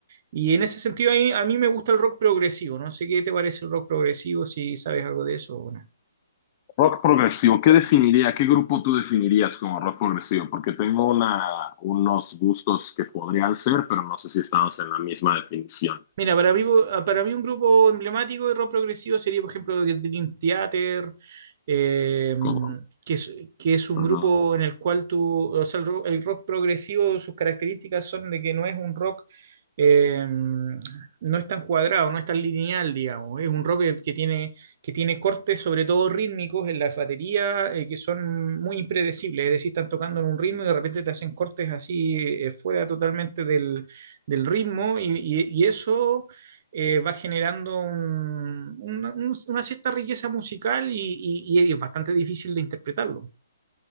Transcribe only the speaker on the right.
Y en ese sentido, a mí, a mí me gusta el rock progresivo. No sé qué te parece el rock progresivo, si sabes algo de eso o no.
Mira, para mí, para mí un grupo emblemático de rock progresivo sería, por ejemplo, The Dream Theater, eh,
que es, que es un
grupo
en el cual tú, o sea, el rock, el rock progresivo, sus características son de que no es un rock, eh, no es tan cuadrado, no es tan lineal, digamos, es un rock que, que tiene, que tiene cortes, sobre todo rítmicos, en la batería, eh, que son muy impredecibles, es decir, están tocando en un ritmo y de repente te hacen cortes así, eh, fuera totalmente del del ritmo y, y- y eso eh, va generando un- una, un- una cierta riqueza musical y, y- y es bastante difícil de interpretarlo,